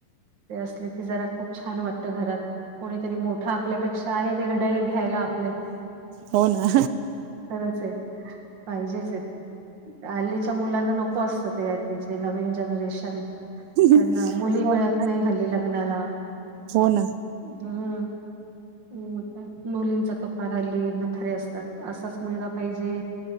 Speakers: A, on the right; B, on the right.
A: ते असले की जरा खूप छान वाटत घरात कोणीतरी मोठा आपल्यापेक्षा आहे निर्णय घ्यायला आपले
B: हो ना
A: खरच आहे पाहिजेच हल्लीच्या मुलांना नको असत ते त नवीन जनरेशन त्यांना
B: हो
A: मुली मिळत
B: ना
A: नाही हली लग्नाला
B: हो ना
A: हम्् मग नूलीनचा तुकारल् खरे असतात असाच मुलगा पाहिजे